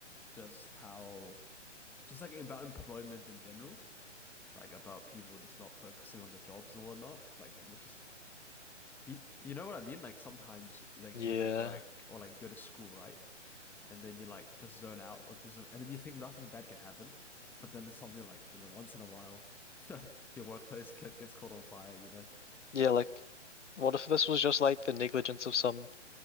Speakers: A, in the centre; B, on the left (about 70°).
A: just how, just like about employment in general, like about people just not focusing on the jobs and whatnot, like, which is, you, you know what I mean? Like, sometimes, like,
B: yeah,
A: you go to work or like you go to school, right? And then you like just zone out or do something, and then you think nothing bad can happen. But then there's something like, you know, once in a while, <laughs> your workplace gets, gets caught on fire, you know?
B: yeah, like, what if this was just like the negligence of some